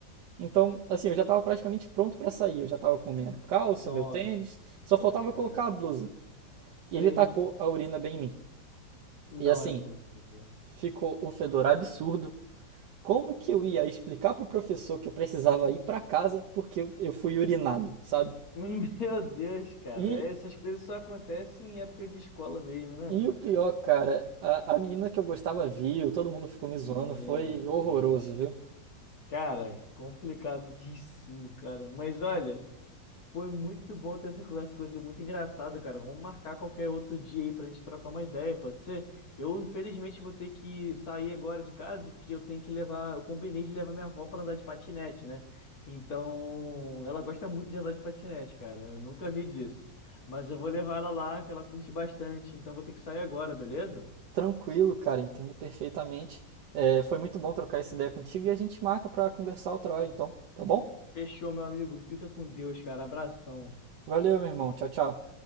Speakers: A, on the right (about 70°); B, on the left (about 50°).
A: Então, assim, eu já estava praticamente pronto para sair, eu já estava com minha calça,
B: Nossa,
A: meu tênis, só faltava
B: cara.
A: colocar a blusa. E
B: Sim.
A: ele tacou a urina bem em mim.
B: Não
A: E assim,
B: é possível.
A: ficou um fedor absurdo. Como que eu ia explicar pro professor que eu precisava ir pra casa porque eu fui urinado, sabe?
B: <laughs> Meu Deus, cara,
A: E,
B: essas coisas só acontecem em época de escola mesmo, né?
A: e o pior, cara, a, a menina que eu gostava viu, todo mundo ficou me zoando,
B: Meu
A: foi
B: Deus.
A: horroroso, viu?
B: Cara, complicadíssimo, cara. Mas olha. Foi muito bom ter essa conversa com você, muito engraçado, cara. Vamos marcar qualquer outro dia aí pra gente trocar uma ideia, pode ser? Eu, infelizmente, vou ter que sair agora de casa, que eu tenho que levar, eu combinei de levar minha avó pra andar de patinete, né? Então, ela gosta muito de andar de patinete, cara. Eu nunca vi disso. Mas eu vou levar ela lá, que ela curte bastante. Então, vou ter que sair agora, beleza?
A: Tranquilo, cara, entendo perfeitamente. É, foi muito bom trocar essa ideia contigo e a gente marca pra conversar outra hora, então, tá bom?
B: Fechou, meu amigo. Fica com Deus, cara. Abração.
A: Valeu, meu irmão. Tchau, tchau.